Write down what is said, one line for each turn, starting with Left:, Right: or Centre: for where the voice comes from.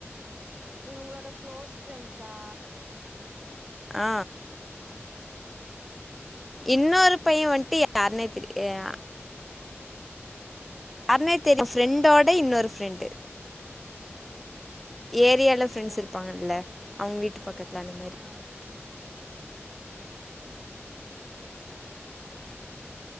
Right: இவங்களோட க்ளோஸ் ஃப்ரெண்ட்ஸா
Centre: ஆ இன்னொரு பைய வந்துட்டு யாருனே தெரிய யா யாருனே தெரில ஃப்ரெண்டோட இன்னொரு ஃப்ரெண்டு ஏரியால ஃப்ரெண்ட்ஸ்
Right: ஓ
Centre: இருப்பாங்கல அவுங்க வீட்டு பக்கத்தில அந்த மாரி
Right: ஆ